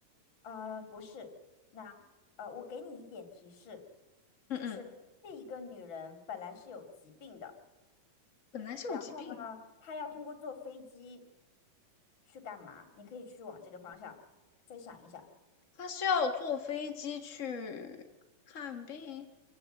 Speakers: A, on the left; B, on the left.
A: 呃，不是，那呃，我给你一点提示，
B: 嗯嗯，
A: 就是这一个女人本来是有疾病的，
B: 本来是有疾病，
A: 然后呢，她要通过坐飞机去干嘛？你可以去往这个方向再想一想。
B: 他是要坐飞机去看病，